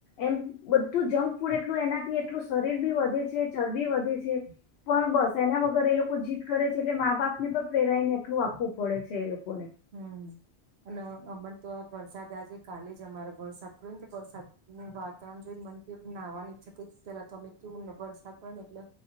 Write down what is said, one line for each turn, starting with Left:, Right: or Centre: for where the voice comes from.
Left: એમ બધું જંક ફૂડ એટલું એનાથી એટલું શરીર બી વધે છે ચરબી વધે છે પણ બસ એના વગર એ લોકો જીત કરે છે એટલે મા બાપને પણ પ્રેરાયણ એટલું આપવું પડે છે એ લોકોને
Right: હમ અને અમને તો આ વરસાદ આજે કાલે જ અમારે વરસાદ પડ્યો ને તો વરસાદ નું વાતાવરણ જોઈને મંદિર નાહવાનીઈચ્છ થતી હતી પેલા તો અમે કેવું ને વરસાદ પડે ને એટલે